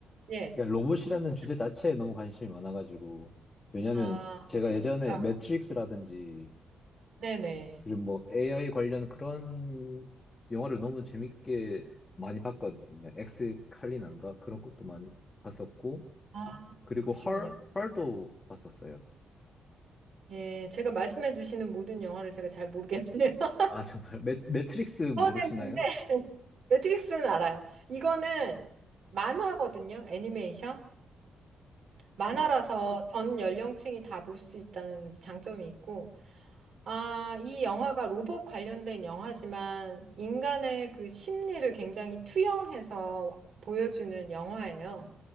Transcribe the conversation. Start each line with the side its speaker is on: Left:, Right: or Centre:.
Right: 예
Left: 그러니까 로봇이라는
Right: 주제
Left: 주제 자체에 너무 관심이 많아가지고, 왜냐면
Right: 아
Left: 제가 예전에
Right: 그러니까,
Left: 매트릭스라든지
Right: 네네
Left: 그리고 뭐 AI 관련 그런 영화를 너무 재밌게 많이 봤거든요. 엑스 칼리난가 그런 것도 많이 봤었고
Right: 아
Left: 그리고
Right: 그러시군요
Left: 헐 헐도 봤었어요.
Right: 예 제가 말씀해 주시는 모든 영화를 제가 잘 모르겠네요 <laughs>
Left: 아 정말 매, 매트릭스
Right: 이거는
Left: 모르시나요?
Right: 근데 <laughs> 매트릭스는 알아요 이거는 만화거든요 애니메이션 만화라서
Left: 음
Right: 전 연령층이 다 볼 수 있다는 장점이 있고 아, 이 영화가 로봇 관련된 영화지만 인간의 그 심리를 굉장히 투영해서 보여주는 영화예요.